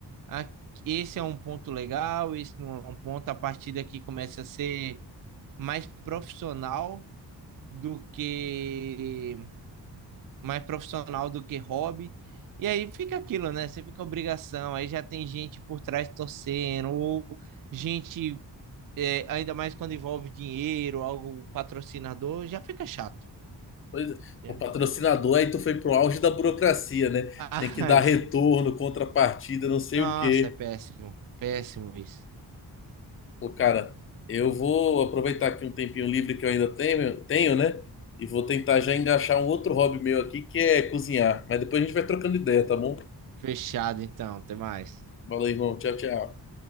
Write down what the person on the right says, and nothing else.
ah, Esse é um ponto legal, esse não é um ponto. A partir daqui começa a ser mais profissional do que mais profissional do que hobby. E aí fica aquilo, né? Você fica obrigação, aí já tem gente por trás torcendo, ou gente, é, ainda mais quando envolve dinheiro, algo patrocinador, já fica chato.
né?
Ah,
<laughs>
nossa,
é péssimo, é péssimo isso.
Fechado então, até mais.